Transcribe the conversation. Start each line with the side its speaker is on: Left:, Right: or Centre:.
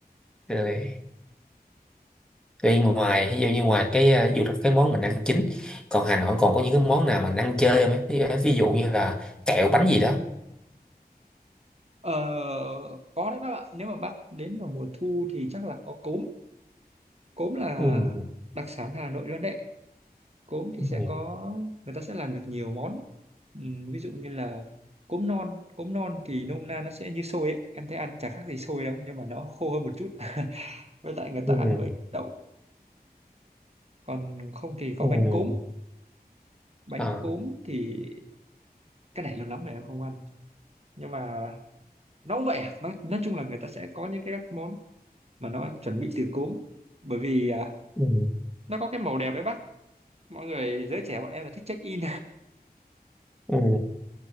Centre: rồi Vậy ngoài ví dụ như ngoài cái ờ, ví dụ là cái món mình ăn chính còn Hà Nội còn có những cái món nào mình ăn chơi không ấy ví dụ ví dụ như là kẹo bánh gì đó
Right: ờ, có đấy bác ạ nếu mà bác đến vào mùa thu thì chắc là có cốm cốm là
Centre: ừ
Right: đặc sản Hà Nội luôn đấy cốm thì
Centre: ừ
Right: sẽ có người ta sẽ làm được nhiều món Ừm, ví dụ như là cốm non cốm non thì nôm na nó sẽ như xôi ấy em thấy ăn chả khác gì xôi đâu nhưng mà nó khô hơn một chút <laughs> với lại người
Centre: ừ
Right: ta ăn với đậu còn không thì có
Centre: ừ
Right: bánh cốm bánh
Centre: à,
Right: cốm thì cái này lâu lắm rồi em không ăn nhưng mà nó cũng vậy à nó nói chung là người ta sẽ có những cái các món mà nó chuẩn bị từ cốm bởi vì à,
Centre: ừ
Right: nó có cái màu đẹp ấy bác mọi người giới trẻ bọn em là thích check in
Centre: ừ